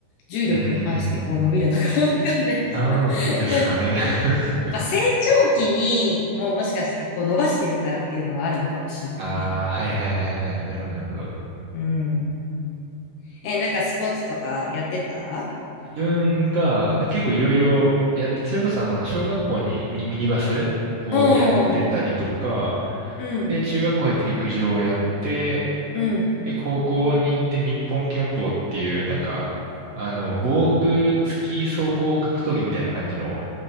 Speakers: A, on the left; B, on the right.
A: 重力に反してこう伸びるのかな
B: うーん、
A: <laughs> わかんないけど
B: なんですかね。
A: <laughs>
B: <laughs>
A: まあ成長期にもうもしかしたらこう伸ばしてるからっていうのはあるのかもしれないね。
B: ああ、はいはいはいはい。なるほどなるほど。
A: うん。え、なんかスポーツとかやってた
B: 自分が、なんか結構いろいろやって、それこそあの、小学校にミニ、ミニバスをやってたりとか、
A: うん。うん。
B: で、中学校入って陸上をやって、
A: うん。
B: で、高校に行って日本拳法っていう、なんか、あの、防具付き総合格闘技みたいな感じの